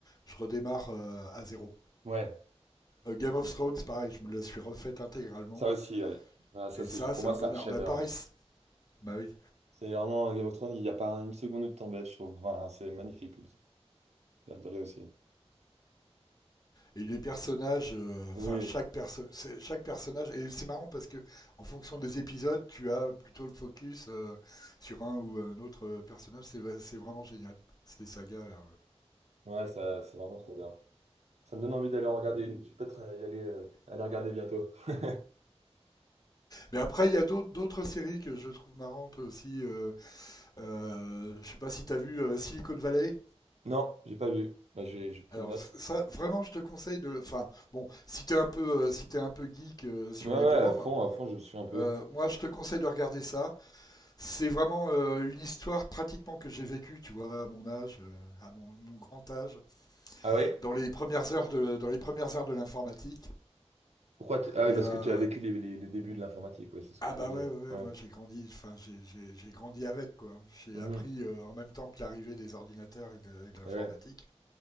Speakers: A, on the left (about 35°); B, on the right (about 80°).
A: je redémarre euh, à zéro.
B: Ouais,
A: Euh, Game of Thrones, pareil, je me la suis refaite intégralement.
B: ça aussi, ouais. Ah, ça,
A: Et
B: c'est,
A: ça,
B: pour
A: c'est
B: moi,
A: un
B: c'est
A: bonheur.
B: un chef-d'œuvre.
A: Bah, pareil, c- bah oui.
B: C'est vraiment Game of Thrones, il n'y a pas une seconde de temps bête, je trouve. Enfin, c'est magnifique. J'ai adoré aussi.
A: Et les personnages, euh,
B: Oui,
A: enfin, chaque, perso c'est- chaque personnage, et c'est marrant parce que en fonction des épisodes, tu as plutôt le focus euh, sur un ou un autre euh, personnage. C'est, va- c'est vraiment génial, ces sagas-là.
B: ouais, ça, c'est vraiment trop bien. Ça me donne envie d'aller en regarder une. Je vais peut-être euh, y aller, euh, aller regarder bientôt. <laughs>
A: Mais après, il y a d'autres d'autres séries que je trouve marrantes aussi. Euh, euh, je sais pas si t'as vu euh, Silicon Valley.
B: Non, j'ai pas vu. Bah, je vais, je vais prendre
A: Alors
B: note.
A: ça, vraiment, je te conseille de. Enfin, bon, si t'es un peu, euh, si t'es un peu geek euh, sur
B: Ouais, ouais,
A: les bords,
B: à fond, à fond, je le suis un peu.
A: euh, moi, je te conseille de regarder ça. C'est vraiment euh, une histoire pratiquement que j'ai vécue, tu vois, à mon âge, euh, à mon, mon grand âge,
B: Ah oui?
A: dans les premières heures de, dans les premières heures de l'informatique.
B: Pourquoi tu- Ah
A: Il
B: oui, parce
A: y a,
B: que tu as vécu les, les- le début de l'informatique, ouais, c'est ce que
A: Ah
B: tu
A: bah
B: veux dire.
A: ouais, ouais, ouais,
B: Ouais.
A: moi j'ai grandi, enfin j'ai j'ai- j'ai grandi avec quoi. J'ai
B: Mhm.
A: appris euh, en même temps que l'arrivée des ordinateurs et de, et de l'informatique.
B: Eh ouais.